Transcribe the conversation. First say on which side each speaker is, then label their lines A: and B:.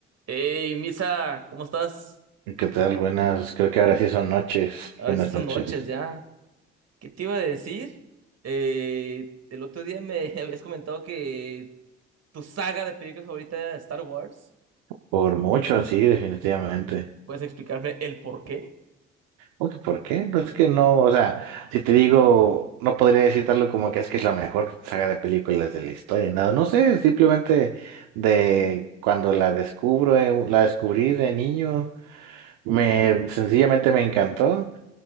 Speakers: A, on the right; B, on the right.
A: Hey, Misa, ¿cómo estás?
B: ¿Qué tal? Buenas, creo que ahora sí son noches.
A: Ahora
B: Buenas
A: sí son
B: noches.
A: noches ya. ¿Qué te iba a decir? Eh, el otro día me <laughs> habías comentado que tu saga de películas favorita era Star Wars.
B: Por mucho, sí, definitivamente.
A: ¿Puedes explicarme el por qué?
B: Aunque, ¿por qué? Pues es que no, o sea, si te digo, no podría decir tal como que es que es la mejor saga de películas de la historia, nada, no sé, simplemente de cuando la descubro, eh, la descubrí de niño, me sencillamente me encantó.